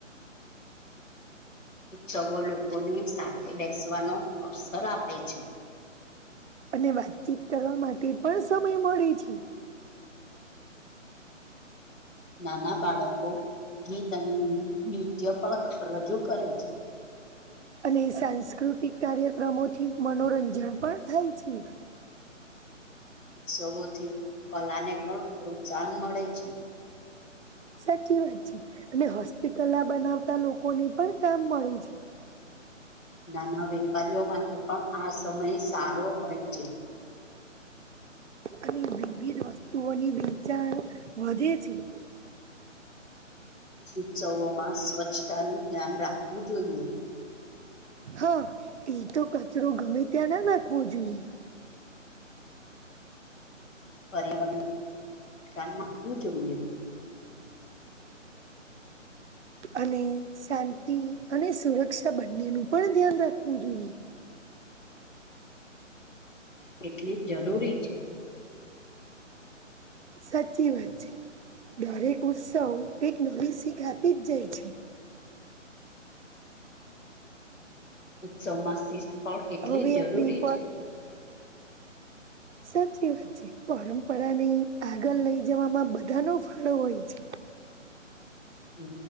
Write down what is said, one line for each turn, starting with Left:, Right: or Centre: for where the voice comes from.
Left: ઉત્સવો લોકોની સાથે બેસવાનો અવસર આપે છે
Right: અને વાતચીત કરવા માટે પણ સમય મળે છે.
Left: નાના બાળકો ગીત અને નૃત્ય પણ રજૂ કરે છે.
Right: અને સાંસ્કૃતિક કાર્યક્રમોથી મનોરંજન પણ થાય છે.
Left: ઉત્સગોથી કલાને પણ પ્રોત્સાહન મળે છે.
Right: સાચી વાત છે અને હસ્તકલા બનાવતા લોકોને પણ કામ મળે છે.
Left: નાના વેપારીઓ માટે પણ આ સમય સારો હોય છે. <inaudible>
Right: અને વિવિધ વસ્તુઓની વેચાણ વધે છે. <inaudible>
Left: ઉત્સવોમાં સ્વચ્છતાનું ધ્યાન રાખવું જોઈએ.
Right: હા એતો કચરો ગમે ત્યાં ના નાખવો જોઈએ
Left: પર્યાવરણ નુકસાન રાખવું જોઈએ
Right: અને શાંતિ અને સુરક્ષા બંનેનું પણ ધ્યાન રાખવું જોઈએ
Left: એટલી જ જરૂરી છે.
Right: સાચી વાત છે. દરેક ઉત્સવ કક નવી શીખ આપી જ જાય છે.
Left: ઉત્સવમાં શિસ્ત પણ એટલી
Right: હવે
Left: જ
Right: આપડી
Left: જરૂરી
Right: પર
Left: છે.
Right: સાચી વાત છે પરંપરાની આગળ લઈ જવામાં બધાનો ફાળો હોય છે.
Left: <inaudible> હ